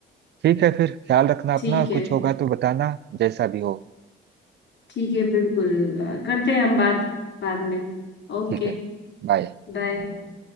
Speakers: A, on the right (about 60°); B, on the left (about 65°).
A: ठीक है फिर ख्याल रखना अपना
B: ठीक
A: और
B: है
A: कुछ होगा तो बताना जैसा भी हो
B: ठीक है बिल्कुल अ, करते हैं हम बात बाद में ओके
A: ठीक है बाय
B: बाय